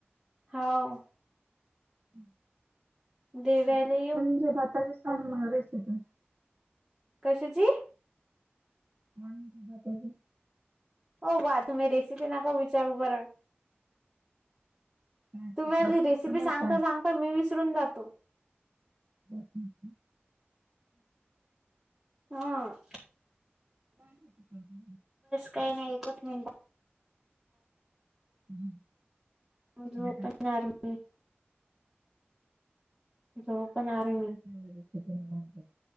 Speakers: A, in the centre; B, on the right.
A: हाव.
B: आता
A: देवाला
B: ते
A: येऊ
B: म्हणजे भाताचे सांग मग रेसिपी.
A: कशाची.
B: कोणाचे भाताले.
A: ओ बा तुम्ही रेसिपी नका विचारू बर.
B: काय
A: तुम्ही
B: करत
A: आधी
B: असताना
A: रेसिपी सांगता
B: सांग
A: सांगता मी विसरून जातो.
B: ह ह ह.
A: हा.
B: काय करते स
A: काही नाही एकचं मिनट.
B: हम्म.
A: झोपणार
B: आता
A: मी. जो पण आरू
B: हम्म हम लगेच तेथून माणज्यात.